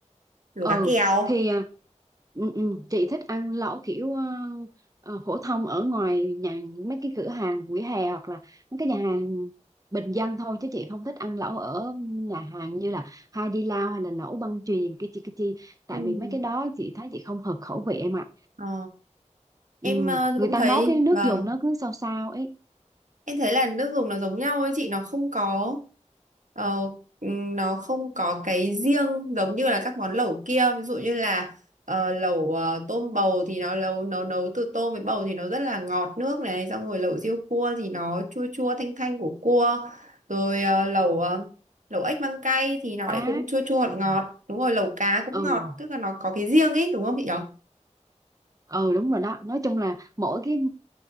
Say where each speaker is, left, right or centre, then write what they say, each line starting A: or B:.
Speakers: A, on the right; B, on the right.
A: Lẩu
B: ừ
A: cá kèo.
B: thì à, ừ, ừ, chị thích ăn lẩu kiểu ờ, ờ, phổ thông ở ngoài nhà mấy cái cửa hàng vỉa hè hoặc là mấy cái nhà hàng bình dân thôi chứ chị không thích ăn lẩu ở nhà hàng như là Hai Đi Lao hay là lẩu băng chuyền cái chi cái chi tại
A: Ừ.
B: vì mấy cái đó chị thấy chị không hợp khẩu vị em ạ
A: Ờ, em
B: ừ,
A: ờ,
B: người
A: cũng
B: ta
A: thấy
B: nấu cái nước
A: vâng
B: dùng nó cứ sao sao ấy
A: Em thấy là nước dùng nó giống nhau ấy chị, nó không có ờ, ừm, nó không có cái riêng giống như là các món lẩu kia, ví dụ như là ờ, lẩu ờ, tôm bầu thì nó nấu nấu nấu từ tôm với bầu thì nó rất là ngọt nước này, xong rồi lẩu riêu cua thì nó chua chua thanh thanh của cua, rồi ờ, lẩu ờ, lẩu ếch măng cay thì nó
B: phá
A: lại cũng chua chua ngọt
B: ừ.
A: ngọt, đúng rồi lẩu cá cũng
B: ừ.
A: ngọt, tức là nó có cái riêng ấy đúng không chị nhỉ?
B: ừ đúng rồi đó nói chung là mỗi cái